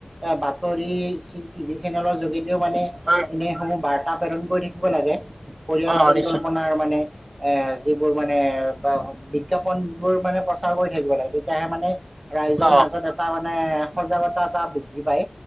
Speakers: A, on the right; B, on the right.
A: এ বাতৰি টিভি চেনেলৰ যোগেদিও মানে
B: হয়
A: এনেসমূহ বাৰ্ত প্ৰৰণ কৰি থাকিব লাগে পৰিয়াল
B: অ
A: পৰিকল্পাৰ
B: নিশ্চয়
A: মানে এ যিবোৰ মানে বিজ্ঞাপন বোৰ মানে প্ৰচাৰ কৰি থাকিব লাগে তেতিয়াহে মানে ৰাইজৰ
B: অ
A: মাজত এটা মানে সজাগতা এটা বৃদ্ধি পাই